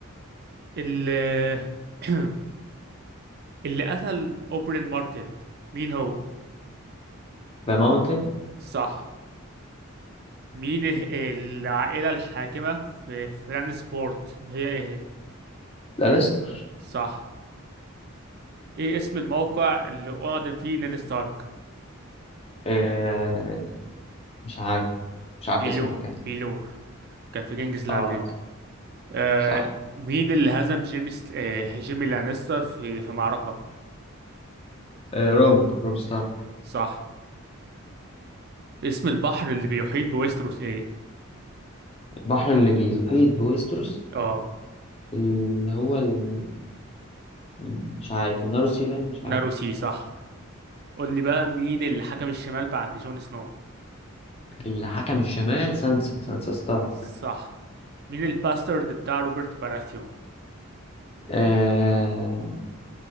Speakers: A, on the right (about 50°); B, on the left (about 30°).
A: اللي <clears throat> اللي قتل اوبرين مارتل مين هو
B: ذا ماونتن
A: صح مين ال- العائلة الحاكمة في فران سبورت هي ايه
B: لانستر
A: صح ايه اسم الموقع اللي أعدم فيه نيد ستارك
B: آه مش عارف مش
A: بيلو
B: عارف اسم المكان
A: بيلور كان في كينجز لاندنج
B: اه
A: آه
B: صح
A: مين اللي هزم جيمي ست... آه جيمي لانستر في في معركة
B: آه روب روب ستارك
A: صح اسم البحر اللي بيحيط بويستروس ايه
B: البحر اللي بيحيط بويستروس
A: اه
B: اللي هو ال... مش عارف الناروسي باين مش
A: ناروسي
B: عارف
A: صح قول لي بقى مين اللي حكم الشمال بعد جون سنو
B: اللي حكم الشمال سانسا سانسا ستارك
A: صح مين الباسترد بتاع روبرت باراثيون
B: آه...